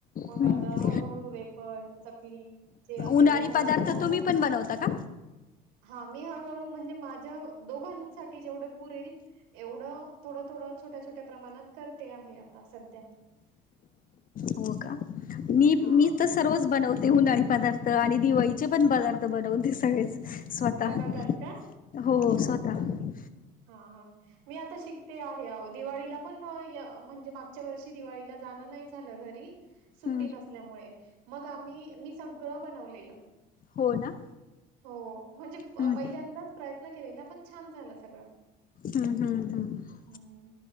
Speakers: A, on the right (about 85°); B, on the left (about 45°).
A: मग
B: हम्म
A: आता हळूहळू वेफर चकली जे आपले
B: उन्हाळी
A: उन्हाळ्याचे पदार्थ
B: तुम्ही
A: असतात
B: पण बनवता का?
A: हा मी हळूहळू म्हणजे माझ्या दोघांसाठी जेवढे पुरेल एवढं थोडं थोडं छोट्या छोट्या प्रमाणात करते आहे आता सध्या
B: हो का मी
A: हां,
B: मी त सर्वच बनवते उन्हाळी पदार्थ आणि दिवाळीचे पण पदार्थ बनवनते सगळेच स्वतः
A: बनवतात
B: हो स्वतः ता
A: हो हो मी आता शिकते आहे दिवाळीला पण य म्हणजे मागच्या वर्षी दिवाळी जाण नाही झालं घरी सुट्टी
B: हम्म
A: नसल्यामुळे मग आम्ही मी सगळं बनवलेलं
B: हो ना
A: हो म्हणजे
B: हम्म
A: पहिल्यांदा प्रयत्न केलेला पण छान झालं सगळं
B: हम्म हम्म हम्म
A: ह्